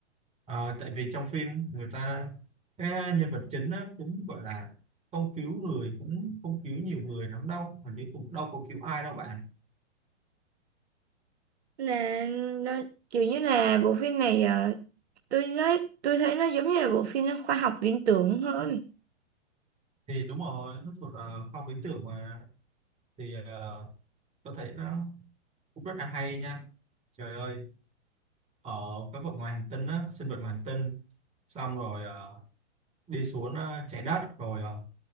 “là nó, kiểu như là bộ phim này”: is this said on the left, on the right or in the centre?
Right